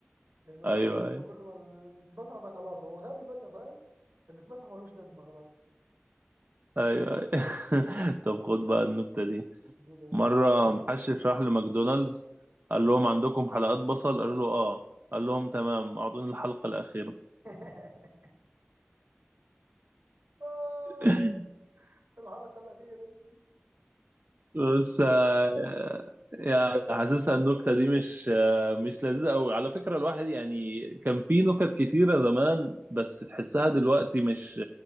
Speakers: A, on the right; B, on the right.
A: يعني هو
B: أيوه
A: فاكر انه
B: أيوه
A: كل ما اللي اتمسح ده خلاص هو غبي بقى فاهم اللي اتمسح ملوش لازمه خلاص
B: أيوه أيوه <laughs> طب خد بقى النكتة دي
A: يقول يا باشا
B: مرة محشش راح لماكدونالدز قال لهم عندكم حلقات بصل قالوا له اه قال لهم تمام اعطوني الحلقة الأخيرة
A: <laughs> آه
B: <laughs>
A: الحلقه الاخيره
B: بس آه، يعني حاسسها النكتة دي مش آه، مش لذيذة أوي على فكرة الواحد يعني كان في نكت كتيرة زمان بس تحسها دلوقتي مش